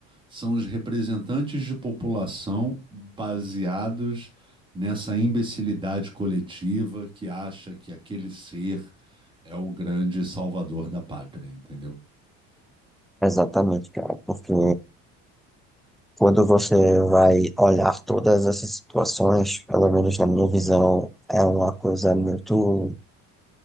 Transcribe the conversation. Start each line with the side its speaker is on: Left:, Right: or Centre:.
Right: são os representantes de população baseados nessa imbecilidade coletiva que acha que aquele ser é o grande salvador da pátria, entendeu?
Centre: Exatamente, cara, porque quando você vai olhar todas essas situações, pelo menos na minha visão, é uma coisa muito,